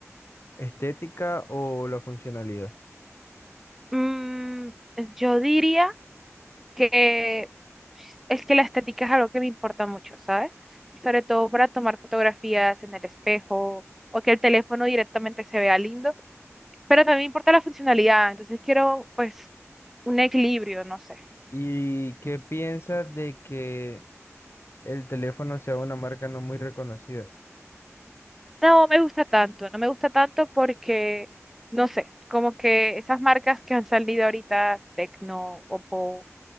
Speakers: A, on the left; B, in the centre.
A: estética o la funcionalidad?
B: Mm, yo diría que es que la estética es algo que me importa mucho, ¿sabes? Sobre todo para tomar fotografías en el espejo o que el teléfono directamente se vea lindo, pero también importa la funcionalidad, entonces quiero pues un equilibrio, no sé.
A: ¿Y qué piensas de que el teléfono sea una marca no muy reconocida?
B: No me gusta tanto, no me gusta tanto porque, no sé, como que esas marcas que han salido ahorita, Tecno, Oppo,